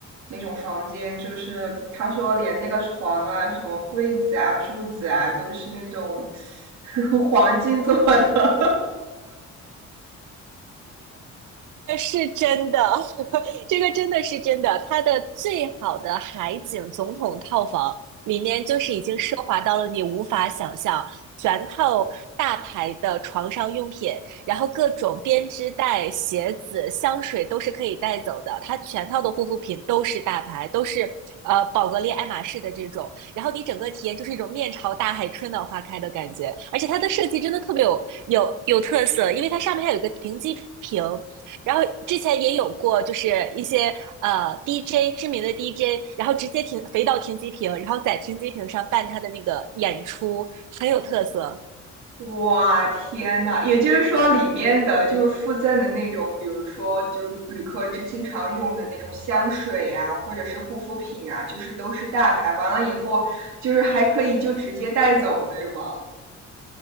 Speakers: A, on the right; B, on the right.
A: 那种房间，就是他说连那个床啊、什么柜子啊、柱子啊，都是那种 <laughs> 黄金做的。
B: 呃是真的，<laughs> 这个真的是真的。它的最好的海景总统套房里面，就是已经奢华到了你无法想象，全套大牌的床上用品，然后各种编织袋、鞋子、香水都是可以带走的。它全套的护肤品都是大牌，都是呃宝格丽、爱马仕的这种。然后你整个体验就是一种面朝大海、春暖花开的感觉。而且它的设计真的特别有有有特色，因为它上面还有一个停机坪。然后之前也有过，就是一些呃 DJ 知名的 DJ，然后直接停飞到停机坪，然后在停机坪上办他的那个演出，很有特色。
A: 哇，天呐，也就是说里面的就是附赠的那种，比如说就是旅客之经常用的那种香水啊，或者是护肤品啊，就是都是大牌。完了以后，就是还可以就直接带走，对吗？